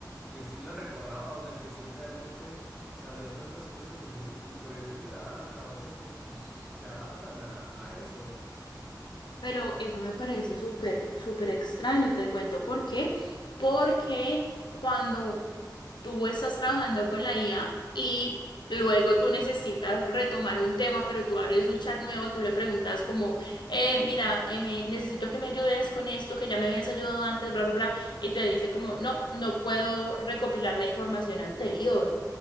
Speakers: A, in the centre; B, on the left.
A: que sí la recordaba, o sea, que sí realmente sabía tantas cosas de mí y por ende te da trabajos que pues se adaptan a, a eso.
B: Pero eso me parece súper, súper extraño, te cuento por qué. Porque cuando tú estás trabajando con la IA y luego tú necesitas retomar un tema, pero tú abres un chat nuevo, tú le preguntas como, eh, mira, eh, necesito que me ayudes con esto, que ya me habías ayudado antes, bla, bla, bla, y te dice como, no, no puedo recopilar la información anterior.